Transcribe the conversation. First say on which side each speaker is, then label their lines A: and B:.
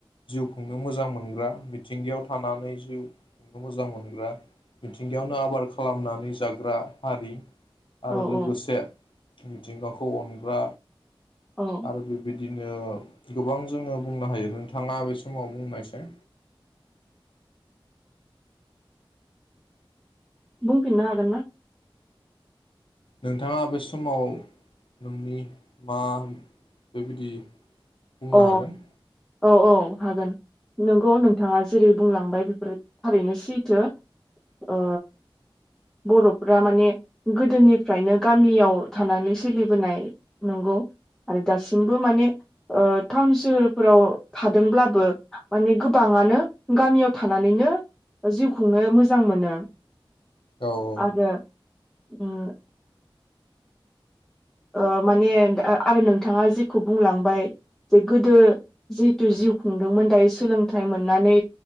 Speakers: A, on the left; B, in the centre.
A: जिउ खुंनो मोजां मोनग्रा बि मिथिंगायाव थानानै जिउ गाखौ मोजां मोनग्रा मिथिंगायावनो आबाद खालामनानै जाग्रा हारि।
B: औ
A: आरो लोगोसे
B: औ
A: मिथिंगाखौ अनग्रा
B: औ
A: आरो बिब्दिनो बिदिनो गोबां जोङो बुंनो हायो नोंथाङा बे समाव बुंनायसाय
B: बुंफिननो हागोन ना
A: नोंथाङा बे समाव नोंनि मा बेबायदि बुंनो
B: अ
A: हागोन
B: औ औ हागोन नंगौ नोंथाङा जेरै बुंलांबाय बेफोर थारैनो सैथो ओ बरफ्रा माने गोदोनिफ्रायनो गामियाव थानानै सोलिबोनाय नंगौ आरो दासिमबो माने औ टाउन सोहोरफोराव थादोंब्लाबो माने गोबाङानो गामियाव थानानैनो जिउ खुंनो मोजां मोनो।
A: औ
B: आरो उम औ माने आरो नोंथाङा जेखौ बुंलांबाय जे गोदो जिहेथु जिउ खुंदोंमोन दायो सोलोंथाइ मोननानै